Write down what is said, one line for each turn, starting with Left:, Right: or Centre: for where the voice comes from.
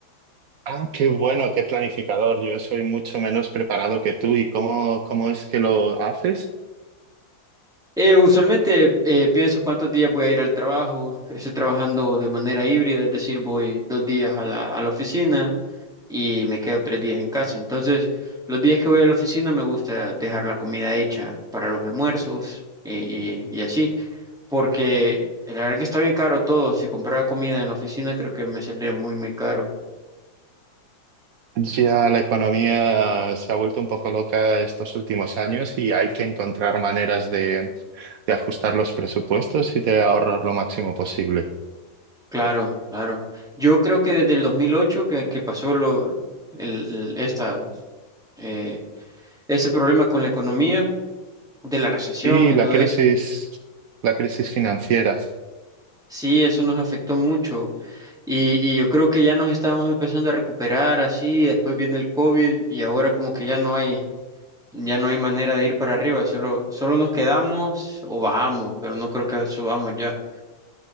Right: Ah, qué bueno, qué planificador. Yo soy mucho menos preparado que tú. ¿Y cómo, cómo es que lo haces?
Centre: Eh, usualmente eh, pienso cuántos días voy a ir al trabajo. Estoy trabajando de manera híbrida, es decir, voy dos días a la, a la oficina y me quedo tres días en casa. Entonces, los días que voy a la oficina me gusta dejar la comida hecha para los almuerzos y, y- y así. porque la verdad que está bien caro todo. Si comprara comida en la oficina, creo que me saldría muy, muy caro.
Right: Ya la economía se ha vuelto un poco loca estos últimos años y hay que encontrar maneras de, de ajustar los presupuestos y de ahorrar lo máximo posible.
Centre: Claro, claro. Yo creo que desde el 2008 que, que pasó lo, el, el- esta, eh, ese problema con la economía, de la recesión
Right: Y
Centre: y
Right: la
Centre: todo
Right: crisis,
Centre: eso,
Right: la crisis financiera.
Centre: sí, eso nos afectó mucho. Y, y yo creo que ya nos estábamos empezando a recuperar así, después viene el COVID y ahora como que ya no hay, ya no hay manera de ir para arriba, solo, solo nos quedamos o bajamos, pero no creo que subamos ya.